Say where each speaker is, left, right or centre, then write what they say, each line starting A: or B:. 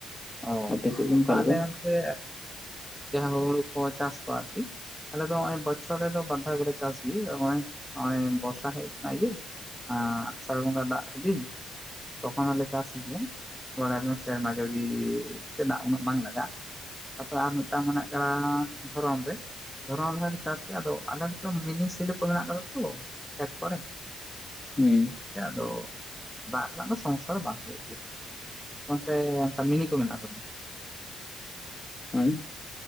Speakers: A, in the centre; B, on the left.
A: ᱚ
B: ᱟᱯᱮ ᱥᱮᱫ ᱫᱚ ᱚᱠᱟ ᱞᱮᱠᱟ
A: ᱟᱞᱮ ᱚᱱᱛᱮ ᱡᱟᱦᱟᱸ ᱦᱚᱲᱩ ᱪᱟᱥ ᱠᱚᱣᱟ ᱟᱨᱠᱤ ᱟᱞᱮᱚ ᱱᱚᱜ ᱵᱚᱪᱷᱚᱨ ᱨᱮᱫᱚ ᱵᱟᱫᱷᱟᱣ ᱜᱮᱞᱮ ᱪᱟᱥ ᱜᱮ ᱱᱚᱦᱚᱭ ᱵᱚᱨᱥᱟ ᱦᱮᱡ ᱟᱠᱟᱱᱟ ᱤᱭᱟᱹ ᱟᱥᱟᱲ ᱵᱚᱸᱜᱟ ᱫᱟᱜ ᱤᱫᱤᱱ ᱛᱚᱠᱷᱚᱱ ᱦᱚᱞᱮ ᱪᱟᱥ ᱜᱮᱭᱟ ᱥᱮᱨᱢᱟ ᱡᱟᱹᱲᱤ ᱪᱟᱜ ᱩᱱᱟᱹᱜ ᱵᱟᱝ ᱞᱟᱜᱟᱜᱼᱟ ᱛᱟᱯᱚᱨᱮ ᱟᱨ ᱢᱤᱫᱴᱟᱝ ᱢᱮᱱᱟᱜ ᱠᱟᱫᱟ ᱫᱷᱚᱨᱚᱱ ᱨᱮ ᱫᱷᱚᱨᱚᱱ ᱨᱮᱦᱚᱸ ᱞᱮ ᱪᱟᱥᱼᱟ ᱟᱫᱚ ᱟᱞᱮᱚ ᱢᱤᱱᱤ ᱥᱤᱞᱤᱯ ᱠᱚ ᱢᱮᱱᱟᱜ ᱠᱟᱫᱟ ᱛᱚ ᱠᱷᱮᱛ ᱠᱚᱨᱮ
B: ᱦᱩᱸ
A: ᱦᱮᱸ ᱟᱫᱚ ᱫᱟᱜ ᱨᱮᱱᱟᱜ ᱫᱚ ᱥᱚᱢᱚᱥᱥᱟ ᱫᱚ ᱵᱟᱝ ᱦᱩᱭᱩᱜ ᱜᱮᱭᱟ ᱚᱱᱛᱮ ᱚᱱᱠᱟ ᱢᱤᱱᱤ ᱠᱚ ᱢᱮᱱᱟᱜ ᱟᱥᱮ ᱵᱟᱝ
B: ᱦᱮᱸ